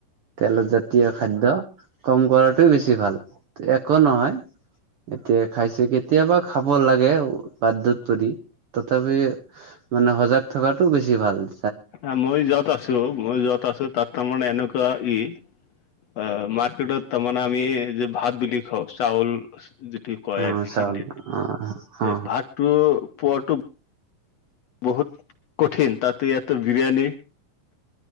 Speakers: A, on the right; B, on the left.
A: তেলত জাতীয় খাদ্য কম কৰাটোই বেছি ভাল ত'একো নহয় এতিয়া খাইছে কেতিয়াবা খাব লাগে বাধ্যত পৰি তথাপিওঁ মানে সজাগ থকাটোও বেছি ভালচ
B: আ মই য'ত আছো- মই য'ত আছো তাত তাৰমানে এনেকুৱা ই অ, মাৰ্কেটত তাৰমানে আমি যে ভাত বুলি খাওঁ চাউল যিটি কয়
A: অ
B: আৰ কি
A: চাউল
B: হিন্দীত
A: অ অ
B: এ ভাতটো পোৱাটো বহুত কঠিন তাততো ইয়াতটো বিৰিয়াণী